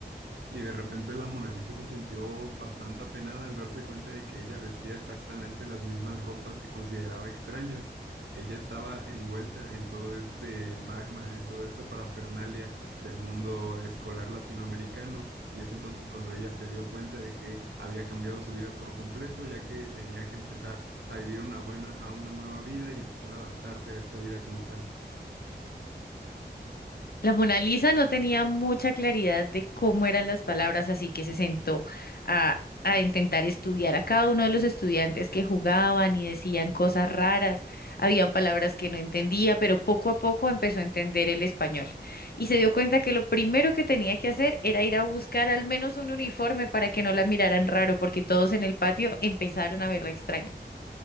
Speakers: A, on the right (about 80°); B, on the left (about 60°).
A: Y de repente la Mona Lisa se sintió bastante apenada al darse cuenta de que ella vestía exactamente las mismas ropas que consideraba extrañas. Ella estaba envuelta en todo este magma, en toda esta parafernalia del mundo escolar latinoamericano, y es entonces cuando ella se dio cuenta de que había cambiado su vida por completo, ya que tenía que empezar a vivir una buena, a una nueva vida y empezar a adaptarse a esta vida como tal.
B: La Mona Lisa no tenía mucha claridad de cómo eran las palabras, así que se sentó a, a intentar estudiar a cada uno de los estudiantes que jugaban y decían cosas raras. Habían palabras que no entendía, pero poco a poco empezó a entender el español. Y se dio cuenta que lo primero que tenía que hacer era ir a buscar al menos un uniforme para que no la miraran raro, porque todos en el patio empezaron a verla extraña.